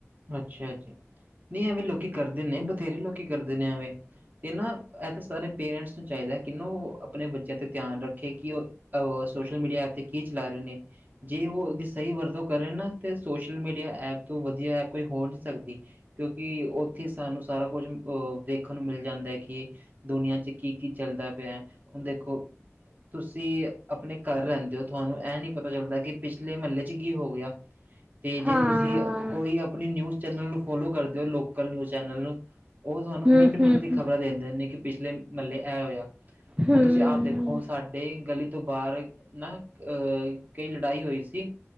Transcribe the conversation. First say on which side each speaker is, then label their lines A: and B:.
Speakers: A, on the right (about 40°); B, on the right (about 20°).
A: ਅੱਛਾ-ਅੱਛਾ, ਨਹੀਂ ਐਵੇਂ ਲੋਕੀ ਕਰਦੇ ਨੇ ਬਥੇਰੇ ਲੋਕੀ ਕਰਦੇ ਨੇ ਐਵੇਂ, ਤੇ ਨਾ ਇਹ ਤਾਂ ਸਾਰੇ ਪੇਰੈਂਟਸ ਨੂੰ ਚਾਹੀਦਾ ਕਿ ਨੂ ਉਹ ਆਪਣੇ ਬੱਚਿਆਂ 'ਤੇ ਧਿਆਨ ਰੱਖੇ ਕਿ ਉਹ ਉਹ ਸੋਸ਼ਲ ਮੀਡੀਆ ਆਪ ਤੇ ਕੀ ਚਲਾ ਰਹੇ ਨੇ, ਜੇ ਉਹਦੀ ਸਹੀ ਵਰਤੋਂ ਕਰੇ ਨਾ ਤੇ ਸੋਸ਼ਲ ਮੀਡੀਆ ਐਪ ਤੋਂ ਵਧੀਆ ਐਪ ਕੋਈ ਹੋ ਨਹੀ ਸਕਦੀ। ਕਿਉਂਕਿ ਉੱਥੇ ਸਾਨੂੰ ਸਾਰਾ ਕੁਝ ਅਹ ਦੇਖਣ ਨੂੰ ਮਿਲ ਜਾਂਦਾ ਹੈ ਕਿ, ਦੁਨੀਆ ਚ ਕੀ-ਕੀ ਚੱਲਦਾ ਪਿਆ ਹੁਣ ਦੇਖੋ, ਤੁਸੀਂ ਆਪਣੇ ਘਰ ਰਹਿੰਦੇ ਹੋ ਤੁਹਾਨੂੰ ਇਹ ਨੀ ਪਤਾ ਚੱਲਦਾ ਕਿ ਪਿਛਲੇ ਮਹੱਲੇ ਚ ਕੀ ਹੋ ਗਿਆ। ਹ ਤੇ ਜੇ
B: ਹਾਂ
A: ਤੁਸੀਂ ਕੋਈ ਆਪਣੀ ਨਿਊਜ਼ ਚੈਨਲ ਨੂੰ ਫੋਲੋ ਕਰਦੇ ਹੋ ਲੋਕਲ ਨਿਊਜ਼ ਚੈਨਲ ਨੂੰ, ਉਹ ਤੁਹਾਨੂੰ
B: ਹੂੰ
A: ਮਿੰਟ-ਮਿੰਟ
B: ਹੂੰ
A: ਦੀ
B: ਹੂੰ
A: ਖ਼ਬਰਾਂ ਦੇ ਦਿੰਦੇ ਨੇ ਕਿ ਪਿਛਲੇ ਮਹੱਲੇ ਐ ਹੋਇਆ। ਹੁਣ
B: ਹੂੰ, ਹੂੰ,
A: ਤੁਸੀਂ ਆਪ ਦੇਖੋ ਸਾਡੇ ਗਲੀ ਤੋਂ ਬਾਹਰ ਨਾ ਅਹ ਕਈ ਲੜਾਈ ਹੋਈ ਸੀ